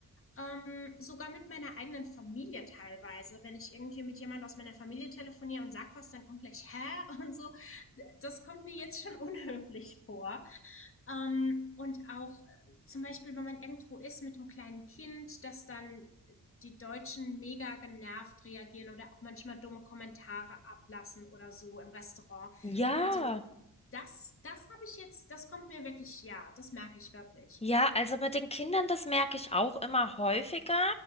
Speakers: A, on the left; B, on the left.
A: ähm, sogar mit meiner eigenen Familie teilweise. Wenn ich irgendwie mit jemand aus meiner Familie telefoniere und sag was, dann kommt gleich hä <laughs> und so. Das kommt mir jetzt schon <laughs> unhöflich vor. Ähm, und auch äh, zum Beispiel, wenn man irgendwo ist mit einem kleinen Kind, dass dann die Deutschen mega genervt reagieren oder auch manchmal dumme Kommentare ablassen oder so im Restaurant.
B: Ja,
A: Also das das habe ich jetzt das kommt mir wirklich ja, das merke ich wirklich.
B: Ja, also mit den Kindern, das merke ich auch immer häufiger.